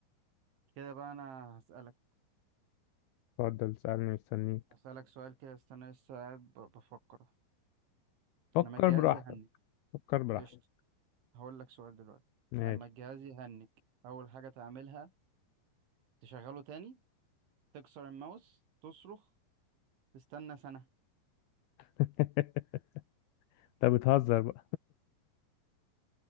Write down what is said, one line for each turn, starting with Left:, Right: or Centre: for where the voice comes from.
Right: كده بقى انا هسألك
Left: اتفضل سألني مستنيك
Right: هسألك سؤال كده استنى لسه قاعد ب- بفكر
Left: فكر
Right: لما الجهاز
Left: براحتك
Right: يهنج
Left: فكر براحتك
Right: قشطة هقول لك سؤال دلوقتي
Left: ماشي
Right: لما الجهاز يهنج اول حاجة تعملها تشغله تاني تكسر الماوس تصرخ تستنى سنة
Left: <laughs> انت بتهزر بقى